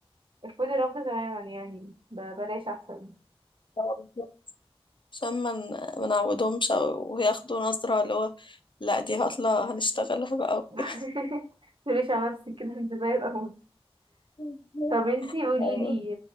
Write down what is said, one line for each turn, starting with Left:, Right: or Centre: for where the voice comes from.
Right: ارفضي الرفض تماما يعني ب- بلاش احسن
Left: آه، عشان ما من... ما نعودهمش او ياخدوا نظرة اللي هو لا دي هطلع هنشتغلها بقى وكده
Right: <laughs> متقوليش على نفسك كده انت زي الاول
Left: <laughs>
Right: طب انتي قوليلي
Left: ايوه